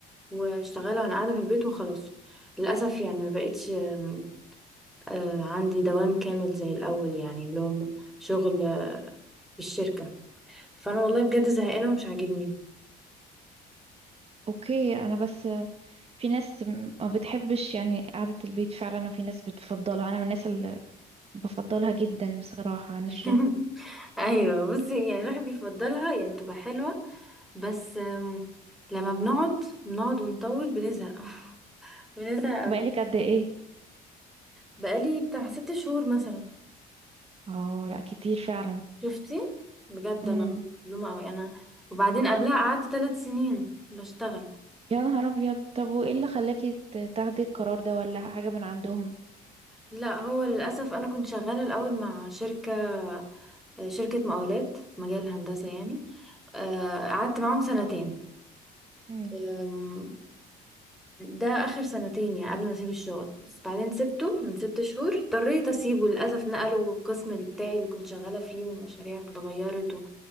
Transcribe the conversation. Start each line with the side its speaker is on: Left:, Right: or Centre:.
Centre: واشتغلها وانا قاعده في البيت وخلاص للاسف يعني ما بقتش آه، عندي دوام كامل زي الأول يعني اللي هو م- شغل الشركة فأنا والله بجد زهقانة ومش عاجبني
Right: اوكي انا بس في ناس ما بتحبش يعني قعدة البيت فعلا وفي ناس بتفضلها انا من الناس بفضلها جدا بصراحة عن
Centre: <laughs>
Right: الشغل
Centre: أيوة بصي يعني الواحد بيفضلها يعني بتبقى حلوة بس آم، لما بنقعد بنقعد ونطول بنزهق <laughs> بنزهق أوي
Right: بقالك قد ايه
Centre: بقالي بتاع ست شهور مثلا
Right: اه لا كتير فعلا
Centre: شفتي بجد
Right: امم
Centre: أنا مظلومة أوي أنا وبعدين قبلها قعدت ثلاث سنين بشتغل
Right: يا نهار ابيض طب وايه اللي خلاكي ت- تاخدي القرار ده ولا حاجة من عندهم
Centre: لا هو للأسف أنا كنت شغالة الأول مع شركة آه، شركة مقاولات في مجال الهندسة يعني آه، قعدت معاهم سنتين
Right: امم
Centre: آم، ده آخر سنتين يعني قبل ما أسيب الشغل بس بعدين سبته من ست شهور اضطريت أسيبه للأسف نقلوا القسم بتاعي اللي كنت شغالة فيه والمشاريع اتغيرت و...